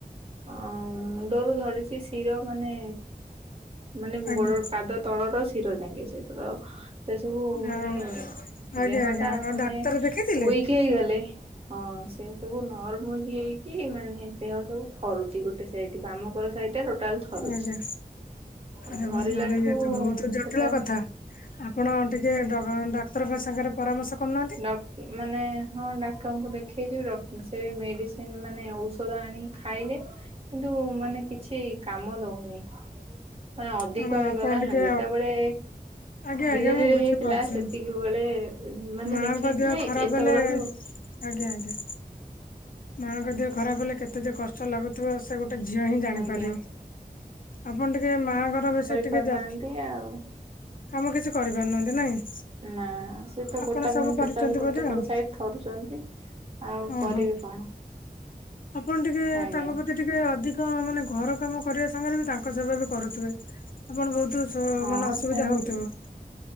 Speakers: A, on the right; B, on the left.
A: ଅଁ ମୁଣ୍ଡରୁ ଧରିଚି ଶିର ମାନେ ମାନେ
B: ଆଜ୍ଞା
A: ଗୋଡର ପାଦ ତଳର ଶିର ଜାଙ୍କେ ସେ ତାର ଏ ସବୁ ମାନେ
B: ଆଉ ଆଜ୍ଞା
A: ଦେହ
B: ଆଜ୍ଞା
A: ଟା
B: ଆଉ
A: ମାନେ
B: ଡାକ୍ତର ଦେଖେଇଥିଲେ?
A: ଉଇକ୍ ହେଇଗଲେ ହଁ ସେ ସବୁ ନରର୍ମ ହେଇକି ମାନେ ଦେହ ସବୁ ଥରୁଚି ଗୋଟେ ସାଇଟି ବାମଙ୍କର ସାଇଟ ଟା ଟୋଟା ଟାଲ୍ ଥରୁଛି
B: ଆଜ୍ଞା
A: ଆଉ
B: ଆରେ
A: ଥରିଲା
B: ଆରେ
A: ଠୁ
B: ଇଏ ତ
A: ଉଁ
B: ବହୁତ
A: ଉଁ
B: ଜଟିଳ
A: ସେଟା
B: କଥା। ଆପଣ ଟିକେ ଡ଼ ଡାକ୍ତରଙ୍କ ସାଙ୍ଗରେ ପରାମର୍ଶ କରୁନାହାନ୍ତି।
A: ଡକ୍ଟ ମାନେ ହଁ ଡାକ୍ତରଙ୍କୁ ଦେଖେଇଚୁ ଡ଼କ୍ଟ ସେ ମେଡିସିନ ମାନେ ଔଷଧ ଆଣି ଖାଇଲେ କିନ୍ତୁ କୁ ମାନେ କିଛି କାମ ଦଉନି ମାନେ ଅଧିକ
B: ହଁ
A: କ ହେଇଗଲା
B: ଆପଣ ଟିକେ
A: ନା ଯେତେବେଳେ
B: ଆଜ୍ଞା
A: ଧୀରେ
B: ଆଜ୍ଞା ମୁଁ
A: ଧୀରେ
B: ବୁଝିପାରୁଛି
A: ହେଇଥିଲା ସେତିକି ବେଳେ ଉଁ ମାନେ
B: ମାଙ୍କ
A: ଦେଖେଇ ଥିଲେ
B: ଦେହ ଖରାପ
A: ଏତେ
B: ହେଲେ
A: ବଳକୁ
B: ଆଜ୍ଞା ଆଜ୍ଞା ମାଙ୍କ ଦେହ ଖରାପ ହେଲେ କେତେ ଯେ କଷ୍ଟ ଲାଗୁଥିବ ସେ ଗୋଟେ ଟେ ଝିଅ ହିଁ ଜାଣିପାରିବ
A: ଆଜ୍ଞା
B: ଆପଣ ଟିକେ ମାଙ୍କର ବେଶୀ ଟିକେ
A: କରୁନାହାନ୍ତି
B: ଯା
A: ଆଉ
B: କାମ କିଛି କରିପାରୁନାହାନ୍ତି ନାଇଁ?
A: ନା ସେ ତ
B: ଆପଣ
A: ଗୋଟା
B: ସବୁ
A: ପୁଣି
B: କରିଛନ୍ତି
A: ଟୋଟାଲ ଗୋଟେ
B: ବୋଧେ
A: କର
B: ଆଉ
A: ସାଇଡ ଥରୁଚନ୍ତି ଆଉ
B: ଓହୋ
A: କରିବେ କଣ?
B: ଆପଣ ଟିକେ
A: ଆଜ୍ଞା
B: ତାଙ୍କ ପ୍ରତି ଟିକେ ଅଧିକ ମାନେ ଘର କାମ କରିବା ସାଙ୍ଗରେ ବି ତାଙ୍କ ସେବା ବି କରୁଥିବେ ପଣ ବହୁତ ସୁ
A: ହଁ
B: ମାନେ ଅସୁବିଧା
A: ସେମିତି
B: ହଉଥିବ